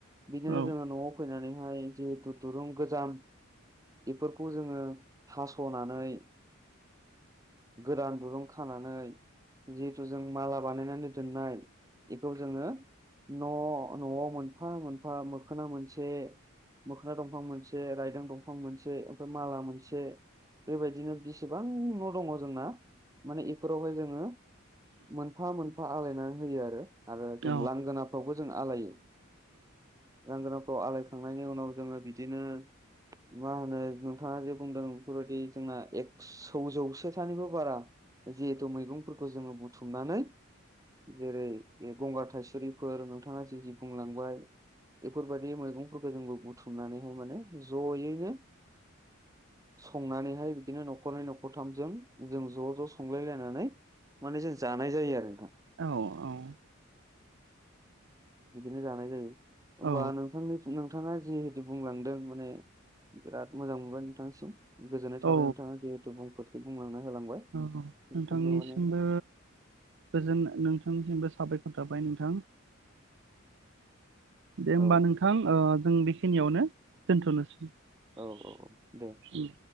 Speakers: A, on the right (about 15°); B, on the right (about 60°).
A: बिदिनो
B: औ
A: जोङो न'आव फैनानैहाय दुरुं गोजाम बेफोरखौ जोङो हास'नानै गोदान दुरुं खानानै जिहेथु जों माला बानायनानै दोननाय बेखौ जोङो न' न'आव मोनफा मोनफा मोखोना मोनसे मोखोना दंफां मोनसे रायदां दंफां मोनसे ओमफ्राय माला मोनसे बेबायदिनो बेसेबां न' दङ जोंना माने बेफोरावहाय जोङो मोनफा मोनफा आलायनानै होयो आरो आरो जों
B: औ
A: लांगोनाफ्रावबो जों आलायो लांगोना खौ आलायखांनायनि उनाव जोङो बिदिनो मा होनो नोंथाङा जे बुंदों बेफोरबायदि जोंना एकसौ जौसे सथानिबो बारा जिहेथु मैगंफोरखौ जोङो बुथुमनानै जेरै बे गंगार थाइसुरिफोर नोंथाङा जि जि बुंलांबाय बेफोरबायदि मैगंफोरखौ जोंङो बुथुमनानैहाय माने जयैनो संनानैहाय बिदिनो नखरनै नखरथामजों जों ज ज संलायलायनानै माने जों जानाय जायो आरो नोंथां
B: औ औ
A: बिदिनो जानाय जायो होमबा
B: औ
A: नोंथां <unintelligible> नोंथाङा जिहेतु बुंलांदों माने बिराद मोजां मोनबाय नोंथांनिसिम। गोजोन्नाय थाबाय
B: औ
A: नोंथाङा जिहेथु बुंफोरथि बुंलांना होलांबाय
B: औ
A: नोंसिनिथिंबो
B: नोंथांनिसिमबो
A: माने
B: गोजोन नोंथांनिसिमबो साबायखर थाबाय नों थां दे
A: औ
B: होमबा नोंथां ओ जों बेखिनियावनो दोनथनोसै उम
A: औ औ दे नोंथां